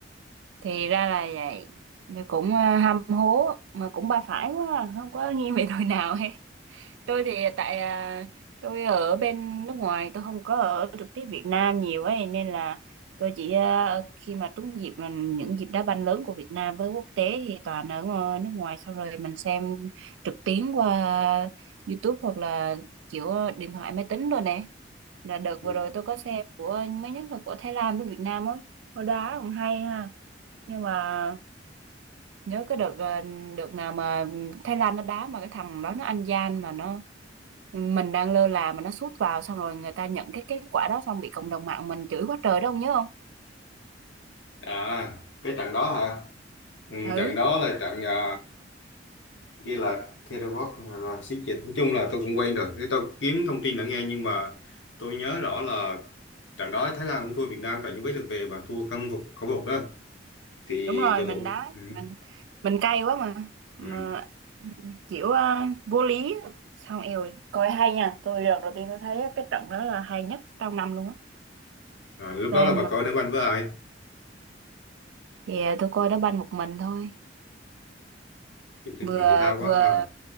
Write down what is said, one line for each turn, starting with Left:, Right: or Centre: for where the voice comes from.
Right: thì ra là vậy Thì cũng ờ, ham hố mà cũng ba phải quá à, không có nghiêng về đội nào hết tôi thì tại ờ, tôi ở bên nước ngoài tôi không có ở trực tiếp Việt Nam nhiều ấy nên là tôi chỉ ờ, khi mà trúng dịp là những dịp đá banh lớn của Việt Nam với quốc tế thì toàn ở ngờ- nước ngoài xong rồi mình xem trực tuyến qua YouTube hoặc là kiểu điện thoại máy tính rồi nè là đợt
Left: Ừ.
Right: vừa rồi tôi có xem của mới nhất là của Thái Lan với Việt Nam ấy Hồi đó cũng hay ha nhưng mà nhớ cái đợt ờ, đợt nào mà Thái Lan nó đá mà cái thằng đó nó ăn gian mà nó mình đang lơ là mà nó sút vào xong rồi người ta nhận cái kết quả đó xong bị cộng đồng mạng mình chửi quá trời đó ông nhớ không
Left: à cái trận đó hả ừ,
Right: ừ
Left: trận đó là trận à, ghi là Terabot là, là xí dịch nói chung là tôi cũng quen rồi Thế tôi kiếm thông tin đã nghe nhưng mà tôi nhớ rõ là trận đó Thái Lan cũng thua Việt Nam tại những cái lượt về và thua khâm phục khẩu phục đó thì
Right: đúng rồi
Left: cầu
Right: mình
Left: thủ
Right: đá
Left: ừ.
Right: mình mình cay quá mà mà
Left: Ừ.
Right: kiểu ờ, vô lý xong eo coi hay nha tôi lần đầu tiên tôi thấy cái trận đó là hay nhất trong năm luôn á
Left: Rồi, lúc
Right: xem
Left: đó là bà
Right: mà
Left: coi đá banh với ai
Right: thì tôi coi đá banh một mình thôi
Left: chung tinh
Right: vừa
Left: thần thể thao
Right: vừa
Left: quá ha